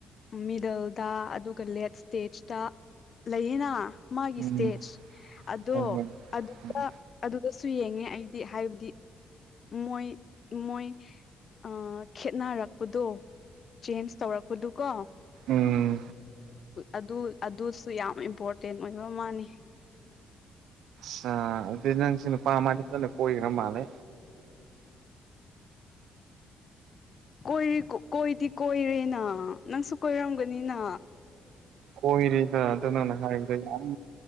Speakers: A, on the left (about 45°); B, on the right (about 80°).
A: ꯃꯤꯗꯜꯗ ꯑꯗꯨꯒ ꯂꯦꯠ ꯁ꯭ꯇꯦꯖꯇ ꯂꯩꯌꯦꯅ ꯃꯥꯒꯤ
B: ꯎꯝ
A: ꯏꯁ꯭ꯇꯦꯖ ꯑꯗꯣ
B: ꯍꯣꯏ ꯍꯣꯏ
A: ꯑꯗꯨ
B: ꯎꯝ
A: ꯑꯗꯨꯗꯁꯨ ꯌꯦꯡꯉꯦ ꯑꯩꯗꯤ ꯍꯥꯏꯕꯗꯤ ꯃꯣꯏ ꯃꯣꯏ ꯑ ꯈꯦꯠꯅꯔꯛꯄꯗꯣ ꯆꯦꯟꯖ ꯇꯧꯔꯛꯄꯗꯨ ꯀꯣ
B: ꯎꯝ
A: ꯑꯗꯨ ꯑꯗꯨꯁꯨ ꯌꯥꯝ ꯏꯝꯄꯣꯔꯇꯦꯟ ꯑꯣꯏꯕ ꯃꯥꯟꯅꯤ
B: ꯁꯥ ꯑ ꯑꯗꯨꯗꯤ ꯅꯪꯁꯤ ꯅꯨꯄꯥ ꯃꯥꯗꯤ ꯐꯖꯅ ꯀꯣꯏꯈ꯭ꯔ ꯃꯥꯜꯂꯦ
A: ꯀꯣꯏ ꯀꯣꯏꯗꯤ ꯀꯣꯏꯔꯦꯅ ꯅꯪꯁꯨ ꯀꯣꯏꯔꯝꯒꯅꯤꯅ
B: ꯀꯣꯏꯔ‌ꯦꯗ ꯑꯗꯨ ꯅꯪꯅ ꯍꯥꯏꯕꯗ ꯌꯥꯝ